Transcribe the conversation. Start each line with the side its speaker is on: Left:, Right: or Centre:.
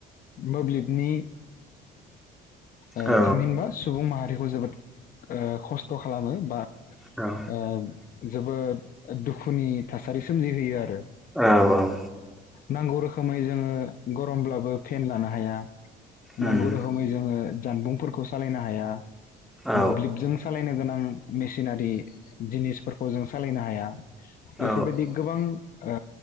Left: मोब्लिबनि ओ
Centre: औ
Left: थामहिनबा सुबुं माहारि खौ जोबोद खस्थ' खालामो बा
Centre: औ औ
Left: ओ जोबोद दुखुनि थासारि सोमजिहोयो आरो
Centre: औ औ
Left: नांगौ रोखोमै जोङो गरमब्लाबो फेन लानो हाया
Centre: उम
Left: नांगौ रोखोमै जोङो जानबुंफोरखौ सालायनो हाया
Centre: औ
Left: मोब्लिबजों सालायनो गोनां मेसिनारि जिनिसफोरखौ जों सालायनो हाया बेफोरबायदि
Centre: औ
Left: गोबां ओ